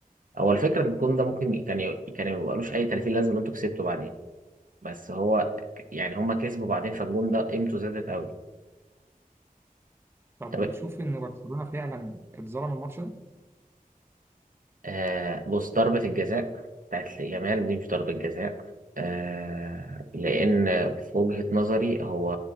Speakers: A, on the right (about 60°); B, on the right (about 15°).
A: هو الفكرة إن الجون ده ممكن ي- كان ي- كان ما بقالوش أي 30 لازمة إن أنتوا كسبتوا بعدين بس هو ك- يعني هما كسبوا بعدين فالجون ده قيمته زادت قوي
B: طب
A: طب
B: بتشوف ان برشلونه فعلا اتظلم الماتش ده؟
A: آه بص ضربة الجزاء بتاعت يامال دي مش ضربة جزاء آه لأن في وجهة نظري هو